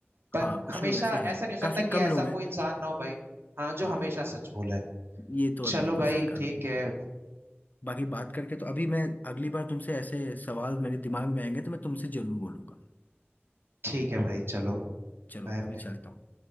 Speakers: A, on the right; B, on the left.
A: पर
B: हाँ कुछ
A: हमेशा
B: लोग ऐसे
A: ऐसा
B: हैं
A: नहीं हो
B: काफी
A: सकता कि
B: कम
A: ऐसा
B: लोग
A: कोई
B: हैं
A: इंसान ना हो भाई हाँ जो
B: हाँ
A: हमेशा सच बोले
B: ये तो
A: चलो
B: है बिल्कुल
A: भाई
B: सही कहा
A: ठीक
B: तुम
A: है
B: बाकी बात करके तो अभी मैं अगली बार तुमसे ऐसे सवाल मेरे दिमाग में आएंगे तो मैं तुमसे जरूर बोलूंगा
A: ठीक है भाई चलो
B: चलो
A: Bye
B: अभी
A: bye
B: चलता हूँ